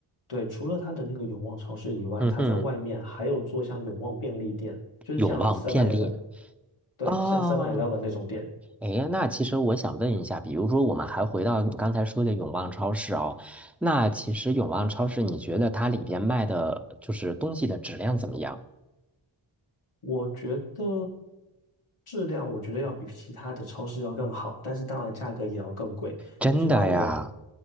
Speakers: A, on the left; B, in the centre.
A: 对，除了它的那个永旺超市以外，
B: 嗯哼
A: 它在外面还有做像永旺便利店，就是像
B: 永旺便利
A: Seven Eleven，对，
B: 哦，
A: 像 Seven Eleven 那种店。
B: 哎，那其实我想问一下，比如说我们还回到你刚才说的永旺超市哦，那其实永旺超市，你觉得它里边卖的就是东西的质量怎么样？
A: 我觉得质量，我觉得要比其他的超市要更好，但是当然价格也要更贵。
B: 真的呀，
A: 你知道我，